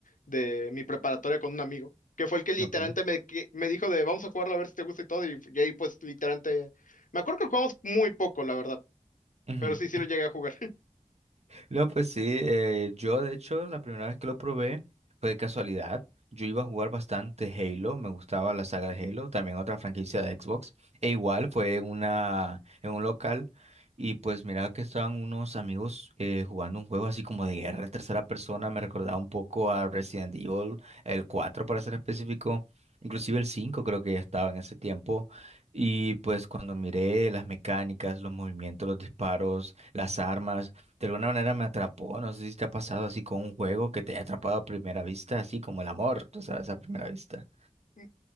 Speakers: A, on the left (about 85°); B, on the right (about 55°).
A: de mi preparatoria con un amigo, que fue el que literalmente
B: Ok.
A: me, que- me dijo de vamos a jugarlo a ver si te gusta y todo, y, y ahí pues literalmente... Me acuerdo que lo jugamos muy poco, la verdad,
B: Ujú.
A: pero sí, sí lo llegué a jugar.
B: No, pues sí, eh, yo de hecho la primera vez que lo probé fue de casualidad. Yo iba a jugar bastante Halo, me gustaba la saga de Halo, también otra franquicia de Xbox. E igual fue en una, en un local y pues miraba que estaban unos amigos eh, jugando un juego así como de guerra en tercera persona, me recordaba un poco a Resident Evil, el 4 para ser específico, inclusive el 5 creo que ya estaba en ese tiempo. Y pues cuando miré las mecánicas, los movimientos, los disparos, las armas de alguna manera me atrapó. No sé si te ha pasado así con un juego que te haya atrapado a primera vista, así como el amor, tú sabes, a primera vista.
A: <laughs>